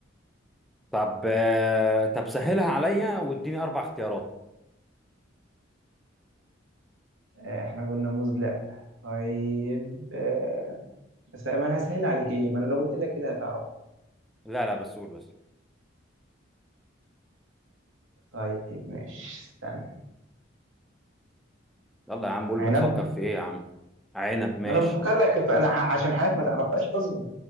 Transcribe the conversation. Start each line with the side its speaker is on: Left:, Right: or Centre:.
Centre: طب آه، طب سهلها عليا واديني أربع اختيارات
Right: آه، احنا قلنا موز لا طيب آه، بس ما انا هسهل عليك ايه ما انا لو قلت لك كده هتعرف
Centre: لا لا بس قول بس
Right: طيب ماشي استنى
Centre: يلا يا عم قول
Right: عنب
Centre: بتفكر في إيه يا عم عنب ماشي
Right: ما انا بفكر لك في- انا ح- عشان حالات ما تعرفهاش اصبر